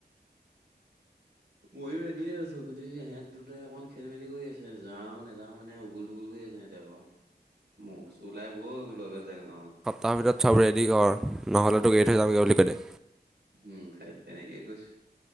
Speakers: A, on the right (about 75°); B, in the centre.
A: মইো ৰেডিয়ে হৈ আছো, কিন্তু ইহঁত দুটাই অকণ খেলি-মেলি কৰি আছে যাও নেযাও মানে উগুল-থুগুল কৰি আছে সিহঁত আকৌ মই কৈছোঁ ওলাই ব'ল বোল অলপ জাও অ'
B: তাৰ ভিতৰত চব ৰেডি কৰ, নহ'লে তোক থৈ যামগৈ বুলি কৈ দে।
A: উম, সেই তেনেকেইে কৈছোঁ।